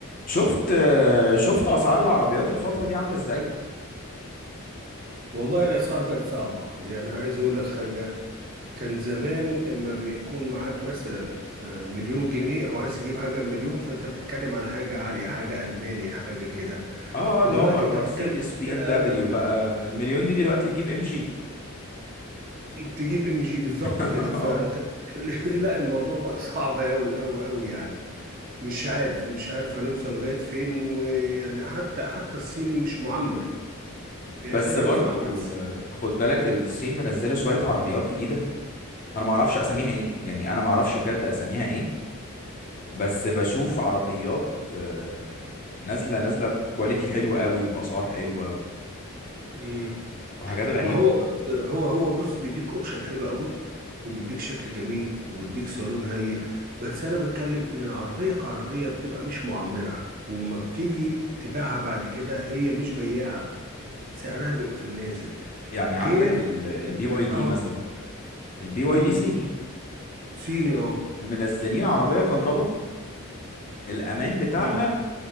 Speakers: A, on the left (about 40°); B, on the right (about 40°).
A: شفت آه، شفت اسعار العربيات الفتره دي عامله ازاي
B: والله الأسعار بقت صعبة يعني عايز أقول لك حاجة كان زمان إما بيكون معاك مثلا آه، مليون جنيه أو عايز تجيب حاجة بمليون فأنت بتتكلم على حاجة عالية حاجة ألماني حاجة كده
A: اه آه، اللي
B: دلوقتي
A: هو مر-
B: أنت
A: مرسيدس
B: بتتكلم
A: بي
B: آه،
A: ام دبليو بقى المليون دي دلوقتي تجيب ام جي
B: تجيب ام جي بالظبط
A: <laughs>
B: كده فأنت
A: اه
B: بتتكلم <laughs> لا الموضوع بقى صعب أوي أوي أوي يعني مش عارف مش عارف هنوصل لغاية فين ويعني حتى حتى الصيني مش معمر يعني
A: بس
B: أنت إيه رأيك
A: برضو
B: في العربيات الصينية؟
A: آه، خد بالك الصين منزله شويه عربيات جديده انا ما اعرفش اساميها ايه يعني انا ما اعرفش بجد اساميها ايه بس بشوف عربيات آه، يعني نازله نازله بكواليتي حلوه قوي وباسعار حلوه و-
B: مم.
A: وحاجات غريبه
B: ما هو بص هو هو بص بيديك اوبشن حلو قوي وبيديك شكل جميل وبيديك صالون هايل بس انا بتكلم ان العربيه كعربيه بتبقى مش معمره وما بتيجي تبيعها بعد كده هي مش بياعه سعرها بيبقى في النازل
A: يعني
B: غير
A: عندك البي واي دي
B: اه
A: مثلا البي
B: امم
A: واي دي صيني
B: صيني اه
A: منزلين عربيه كهرباء الامان بتاعها
B: امم